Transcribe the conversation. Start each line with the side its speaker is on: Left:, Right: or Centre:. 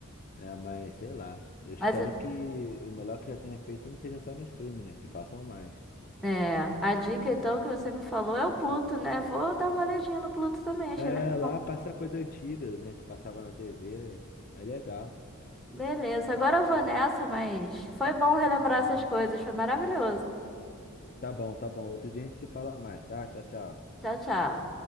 Left: né? Mas sei lá. Eu espero
Centre: Mas
Left: que o melhor que já tenha feito não esteja só no stream, né? Que façam mais.
Centre: é, a dica então que você me falou é o Pluto, né? Vou dar uma olhadinha no Pluto também, achei
Left: É,
Centre: legal.
Left: lá passa coisa antiga, né? Que passava na TV. É legal.
Centre: Beleza, agora eu vou nessa, mas foi bom relembrar
Left: Ah,
Centre: essas coisas, foi maravilhoso.
Left: tá bom, tá bom. Outro dia a gente se fala mais, tá? Tchau, tchau.
Centre: Tchau, tchau.